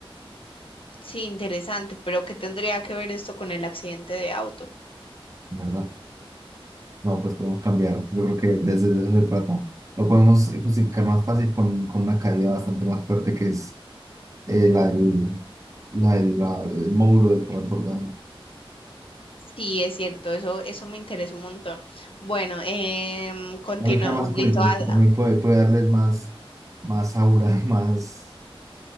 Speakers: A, on the left; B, on the right.
A: sí, interesante, pero ¿qué tendría que ver esto con el accidente de auto?
B: ¿verdad? No, pues podemos cambiar. Yo creo que desde de eso se trata. Lo podemos justificar más fácil con, con una caída bastante más fuerte que es eh, la, del- la, del- la- el módulo del transbordador.
A: Sí, es cierto, eso, eso me interesa un montón. Bueno, em, continuemos,
B: A mí queda más icónico,
A: listo, ah,
B: porque también
A: ah,
B: puede, puede darles más, más aura, <laughs> más